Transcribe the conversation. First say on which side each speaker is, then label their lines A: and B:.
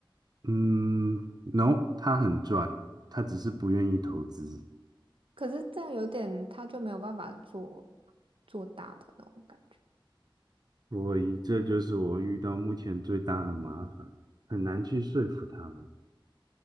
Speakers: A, on the right (about 50°); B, on the right (about 80°).
A: 嗯，no，他很赚，他只是不愿意投资，
B: 可是这样有点，他就没有办法做做大的那种感觉。
A: 所以这就是我遇到目前最大的麻烦，很难去说服他们。